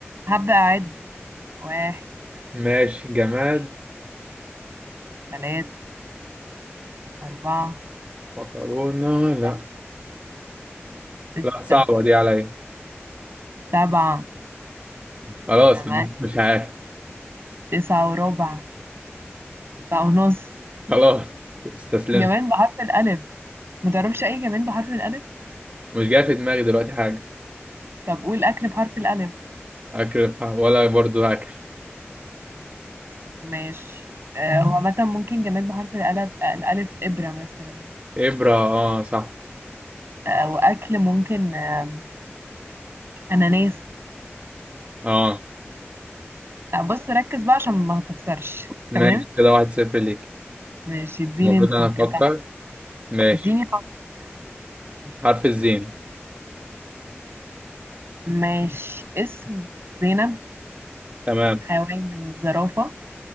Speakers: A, on the right (about 60°); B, on the right (about 35°).
A: هبدأ اعد واحد
B: ماشي جماد
A: اتنين تلاتة أربعة
B: مكرونة لا
A: خمسة ستة
B: لا صعبة دي عليا
A: سبعة
B: خلاص
A: تمانية
B: مش عارف
A: تسعة وربع تسعة ونص
B: خلاص استسلمت
A: جماد بحرف الألف ما تعرفش أي جماد بحرف الألف
B: مش جاي في دماغي دلوقتي حاجة
A: طب قول أكل بحرف الألف
B: أكل بح- ولا برضو أكل
A: ماشي آه، هو عامة ممكن جماد بحرف الألف آه، الألف إبرة مثلا
B: إبرة آه صح
A: آه، وأكل ممكن آه، أناناس
B: اه
A: لا بص ركز بقى عشان ما تخسرش
B: ماشي
A: تمام
B: كده واحد صفر ليك
A: ماشي اديني
B: المفروض
A: انت
B: انا
A: انت
B: افكر
A: حق.
B: ماشي
A: اديني حق
B: حرف الزين
A: ماشي اسم زينب
B: تمام
A: حيوان زرافة